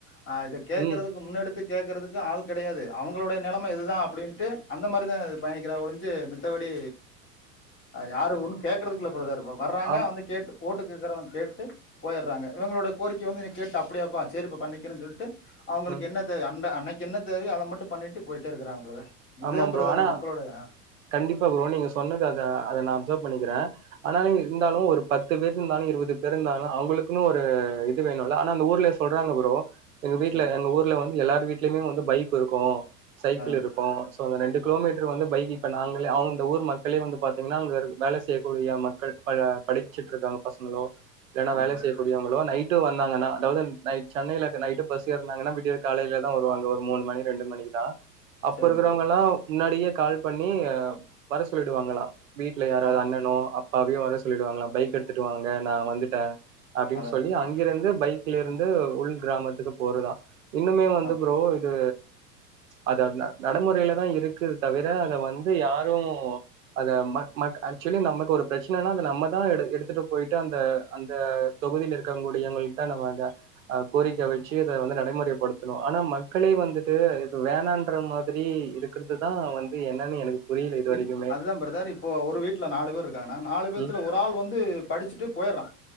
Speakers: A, on the left (about 25°); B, on the right (about 55°).
A: ஆ இத கேக்குறதுக்கு
B: ம்
A: முன்னெடுத்து கேக்கறதுக்கு ஆள் கடையாது அவங்களுடைய நிலமை இதுதா அப்புடின்ட்டு அந்த மாரி தா இது பயணிக்கிறா ஒழிஞ்சு மித்தபடி யாரு ஒன்னு கேட்கறதுக்கிள்ள பிரதர் வர்றாங்க
B: ஆம்
A: வந்து கேட்டு ஓட்டு கேட்கறவ கேட்டு போயர்றாங்க இவங்களோட கோரிக்கை வந்து நீ கேட்டு அப்படியாப்பா சேரிப்பா பண்ணிக்கறன் சொல்ட்டு அவங்களுக்கு
B: ம்
A: என்னது அண்ட அனைத் என்ன தேவையோ அத மட்டும் பண்ணிட்டு போயிட்டே இருக்குறாங்க பிரதர் இதுதான்
B: ஆமா ப்ரோ
A: பிரதர்
B: ஆனா
A: இந்த மக்களோட
B: கண்டிப்பா ப்ரோ நீங்க சொன்னது அத அத நா அப்ஸர்வ் பண்ணிக்கிறே ஆனாலு இருந்தாலு ஒரு பத்து பேர் இருந்தாலு இருபது பேர் இருந்தாலு அவங்களுக்குன்னு ஒரு இது வேணுல்ல ஆனா அந்த ஊர்லே சொல்றாங்க ப்ரோ எங்க வீட்டுல
A: சரி
B: எங்க ஊருல வந்து எல்லாரு வீட் லுயுமே வந்து பைக் இருக்கு சைக்கிள்
A: அதான்
B: இருக்
A: பிரதர்
B: கு அந்த ரெண்டு கிலோமீட்டர்
A: ஆ
B: வந்து பைக் இப்ப நாங்களே அவங்க அந்த ஊர் மக்களே வந்து பாத்தீங்கன்னா அங்க இரு வேல செய்யக்கூடிய மக்கள் ப அஹ் படிச்சிட்டு இருக்க பசங்களோ இல்லன்னா
A: ஆமா
B: வேலை
A: பிரதர்
B: செய்யக்கூடியவங்களோ நைட் நைட்டு வந்தாங்கன்னா அதாவது நைட் சென்னையில நேத்து நைட்டு பஸ் ஏற்னாங்கனா விடிய காலையில தா வருவாங்க ஒரு மூணு மணி ரெண்டு மணிக்கு தா அப்போ
A: சரி
B: இருக்கிறவங்கல்லா
A: பிரதர்
B: முன்னாடியே கால் பண்ணி அஹ் வர சொல்லிடுவாங்களாம் வீட்ல யாராவது
A: அத
B: அண்ணனோ அப்பாவயோ வரச் சொல்லிடுவாங்கலாம் பைக் எடுத்துட்டு வாங்க நா வந்துட்டே அப்படின்னு
A: அதான்
B: சொல்லி
A: பிரதர்
B: அங்கிருந்து பைக் த்திலிருந்து உள் கிராமத்துக்கு போறதா இன்னுமே வந்து
A: ஆ
B: ப்ரோ இது அது அது லா நடமொறையில தா இருக்குது தவிர அத வந்து யாரு அத மக் மக் ஆக்சுவலி நமக்கு ஒரு பிரச்சனைன்னா அத நம்ம தா எ எடுத்துட்டு போயிட்டு அந்த அந்த தொகுதில இருக்கறவங்கூடியவங்கள்ட்ட நம்ம அத அஹ் கோரிக்கை வச்சு இத வந்து நடைமுறைப்படுத்தணு ஆனா மக்களே வந்துட்டு இது வேணான்ற மா திரி இருக்கிறதுதா வந்து என்னன்னு எனக்கு புரியல இது
A: இல்
B: வரைக்குமே
A: அதுதா பிரதர் இப்போ ஒரு வீட்டுல நாலு பேர் இருக்காங்கன்னா நாலு பேத்துல
B: ம்
A: ஒரு ஆள் வந்து படிச்சுட்டு போயிடறா